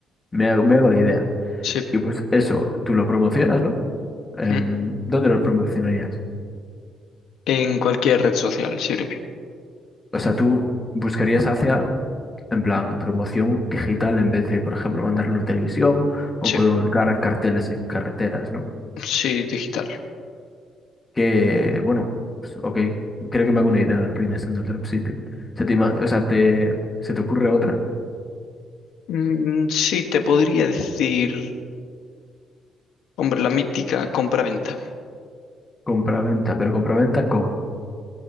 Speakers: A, on the left; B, on the left.
A: Me hago, me hago la idea.
B: Sí.
A: Y pues eso, tú lo promocionas, ¿no? En-
B: Mm.
A: ¿dónde lo promocionarías?
B: En cualquier red social sirve.
A: O sea, tú buscarías hacia En plan, promoción digital en vez de, por ejemplo, mandarlo en la televisión o
B: Sí,
A: colgar carteles en carreteras, ¿no?
B: sí, digital.
A: Que, bueno, pues, ok, creo que me hago una idea de lo que viene siendo el dropshipping. Se te, ima- o sea, te, se te ocurre otra,
B: Mm, sí, te podría decir, hombre, la mítica compra-venta.
A: compraventa, pero compraventa, ¿cómo?